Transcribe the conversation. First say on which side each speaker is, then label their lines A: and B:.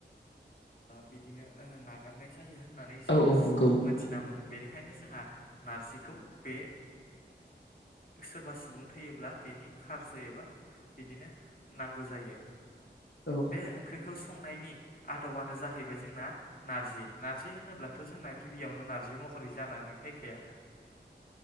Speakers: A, on the left; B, on the left.
A: बिदिनो नागारनाय जायो होनना होननानै जोङो
B: औ औ नंगौ
A: मोनथिना मोनो बेनिखायनो जोंहा नारजिखौ बे सोरबा सुबुं थैयोब्ला बेनि खारजो एबा बिदिनो नांगौ जायो।
B: औ।
A: बे ओंख्रिखौ संनायनि आदबानो जाहैबाय जोंना नारजि नारजि होनोब्लाथ' जोंना गि गिबियावनो नारजि महरै जानानै फैखाया।